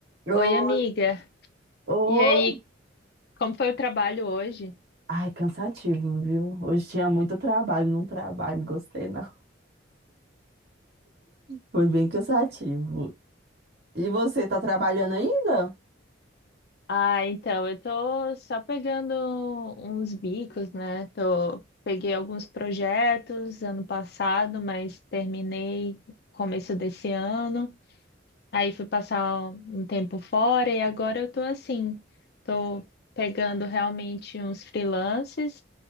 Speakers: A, on the right; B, on the left.
A: Oi,
B: Oi, amiga.
A: oi.
B: E aí, como foi o trabalho hoje?
A: Ai, cansativo, viu? Hoje tinha muito trabalho, não trabalho, não gostei não. Foi bem cansativo. E você, tá trabalhando ainda?
B: Ah, então, eu tô só pegando uns bicos, né? Tô, peguei alguns projetos ano passado, mas terminei começo desse ano. Aí fui passar um tempo fora e agora eu tô assim, tô pegando realmente uns freelances